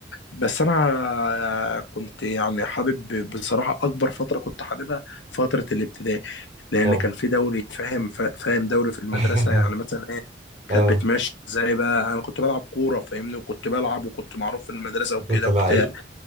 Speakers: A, on the left; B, on the right.
A: بس انا كنت يعني حابب بصراحه اكبر فتره كنت حاببها فتره الابتدائي لان
B: طبعا
A: كان في دوري فاهم فا- فاهم دوري في المدرسه
B: <laughs>
A: يعني مثلا ايه كانت
B: اه
A: بتمشي ازاي بقى انا كنت بلعب كوره فاهمني وكنت بلعب وكنت معروف في المدرسه وكده
B: كنت لعيب
A: وبتاع